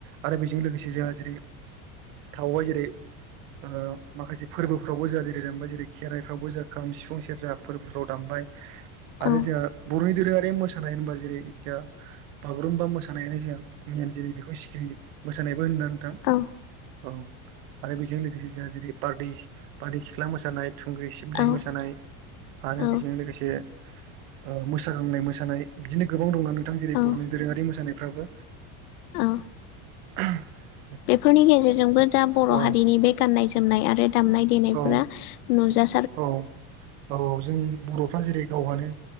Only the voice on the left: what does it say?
औ
औ
औ
औ
औ
ओ
बेफोरनि गेजेरजोंबो दा बर'
हारिनि बे गाननाय जोमनाय आरो दामनाय देनायफोरा
नुजासै